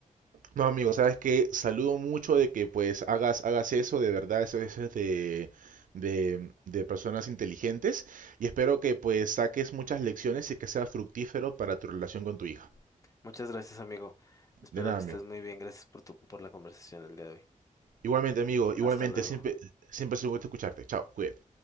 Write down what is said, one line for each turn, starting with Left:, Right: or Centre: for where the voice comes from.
Right: No, amigo, sabes que saludo mucho de que pues hagas, hagas eso, de verdad, eso, eso es de, de, de personas inteligentes y espero que pues saques muchas lecciones y que sea fructífero para tu relación con tu hija.
Left: Muchas gracias, amigo. Espero
Right: De nada,
Left: que
Right: amigo.
Left: estés muy bien. Gracias por tu, por la conversación el día de hoy.
Right: Igualmente, amigo, igualmente,
Left: Hasta luego.
Right: siempre, siempre es un gusto escucharte. Chao, cuídate.